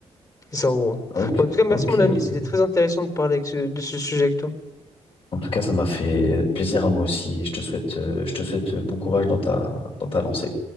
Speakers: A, on the left (about 30°); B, on the left (about 50°).
A: C'est ça, en gros.
B: Ok,
A: Bon, en tout cas, merci,
B: ok,
A: mon ami.
B: ok.
A: C'était très intéressant de parler avec ce- de ce sujet avec toi.
B: En tout cas, ça m'a fait plaisir à moi aussi. Je te souhaite, euh, je te souhaite bon courage dans ta, dans ta lancée.